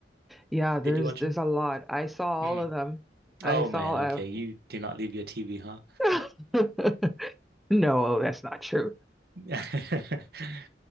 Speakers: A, in the centre; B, on the right (about 60°).
A: yeah. There's
B: Did you watch
A: there's
B: them?
A: a lot. I saw all
B: Mm.
A: of them. I
B: Oh
A: saw.
B: man, okay. You do not leave your TV, huh?
A: Uh... <laughs> No, that's not true.
B: <laughs>